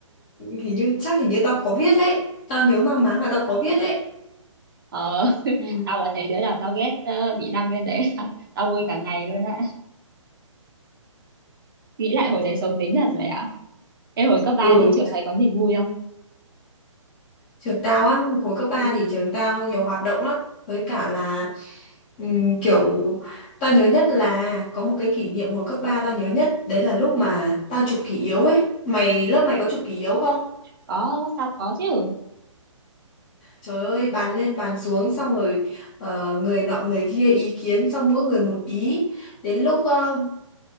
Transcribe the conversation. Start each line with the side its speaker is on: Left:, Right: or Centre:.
Left: hình như chắc hình như tao có viết đấy. Tao nhớ mang máng là tao có viết đấy.
Right: ờ <laughs>
Left: Ừ,
Right: tao mà thấy đứa nào tao ghét ờ, bị đăng lên đấy <laughs> tao vui cả ngày luôn á nghĩ lại hồi đấy xấu tính thật rồi ạ em hồi cấp ba
Left: ừ.
Right: lên trường mày có gì vui không
Left: trường tao á, hồi cấp ba
Right: Ừ,
Left: thì trường tao nhiều hoạt động lắm. Với cả là ừm, kiểu tao nhớ nhất là có một cái kỷ niệm hồi cấp 3 tao nhớ nhất, đấy là lúc mà tao chụp kỷ yếu ấy. Mày lớp mày có chụp kỷ yếu không?
Right: có lớp tao có chứ
Left: Trời ơi, bàn lên bàn xuống xong rồi ờ, người nọ người kia ý kiến xong mỗi người một ý. Đến lúc ờ,